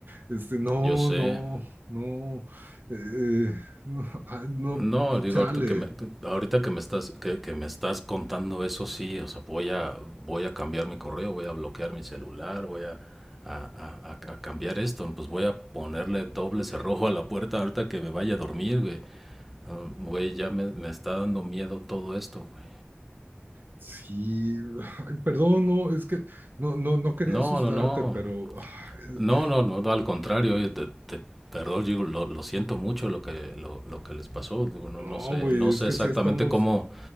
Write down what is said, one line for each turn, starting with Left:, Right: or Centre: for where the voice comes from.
Right: Este, no,
Centre: yo sé.
Right: no, no, eh, no, ah, no,
Centre: No, digo,
Right: chale.
Centre: ahorita que me, que- ahorita que me estás, que, que me estás contando eso, sí, o sea, voy a, voy a cambiar mi correo, voy a bloquear mi celular, voy a, a- a- a- a cambiar esto, pues voy a ponerle doble cerrojo a la puerta ahorita que me vaya a dormir, güey. Ah, Güey, ya me, me está dando miedo todo esto, güey.
Right: Sí, ay, perdón, no, es que no, no, no quería
Centre: No,
Right: asustarte,
Centre: no, no.
Right: pero ah, es-
Centre: No, no, no, no, al contrario, oye, te, te- perdón, digo, lo, lo siento mucho lo que, lo, lo que les pasó. Digo, no,
Right: no,
Centre: no sé,
Right: güey,
Centre: no sé
Right: es que
Centre: exactamente
Right: sí estamos,
Centre: cómo,